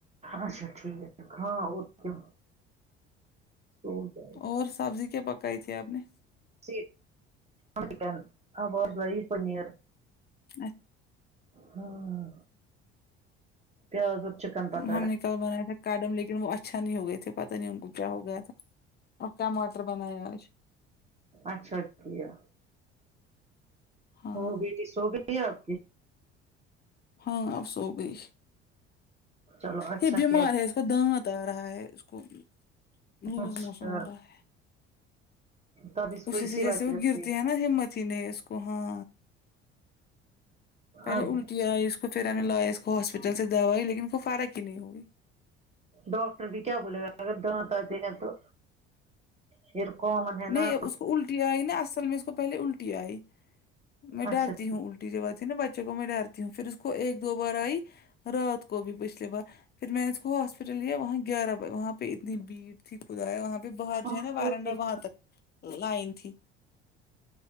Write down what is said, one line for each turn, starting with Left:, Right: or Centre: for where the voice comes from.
Right: اچھا ٹھیک ہے ہاں اور کیا سو جائے
Left: اور
Right: گا
Left: سبزی کیا پکائی تھی آپ نے
Right: <unintelligible>
Left: ا
Right: ہاں پیاز اور چکن پکایا
Left: ہم نے کل بنایا تھا کاڈم لیکن وہ اچھا نہیں ہوئے تھے پتہ نہیںی ان کو کیا ہو گیا تھا اور ٹماٹر بنائے آج
Right: اچھا کیا
Left: ہاں
Right: وہ بیٹی سو گئی ہے آپ کی
Left: ہاں اب سو گئی
Right: چلو اچھا
Left: یہ بیمار
Right: کیا
Left: ہے دانت آ رہا ہے اس کو لوز
Right: اچھا
Left: موشن ہو رہا ہے
Right: تب اس کو
Left: اسی سے جیسے
Right: وجہ
Left: وہ
Right: سے
Left: گرتی ہے نا ہمت ہی نہیں ہے اس کو ہاں پہلے
Right: اب
Left: الٹیا آئی اس کو پھر ہمیں لایا اس کو ہاسپٹل سے دوائی لیکن ان کو فرق ہی نہیں ہوگی
Right: ڈاکٹر بھی کیا بولے گا اگر دانت آتے ہیں تو پھر کامن ہے
Left: نہیں
Right: نا
Left: اب اس کو الٹی آئی نا اصل میں اس کو پہلے الٹی آئی میں ڈرتی
Right: اچھا ٹھیک
Left: ہوں الٹی جب آتی ہے نا بچے کو میں ڈرتی ہوں پھر اس کو ایک دو بار آئی رات کو بھی پچھلیے بار پھر میں نے اس کو ہاسپٹل لیا وہاں گیارہ ب وہاں پہ اتنی بیت ٹھیکدا ہے وہاں پہ باہ
Right: ہاں
Left: جو ہے نا وارنڈا
Right: وہ ٹھیک
Left: وہاں تک لائن تھی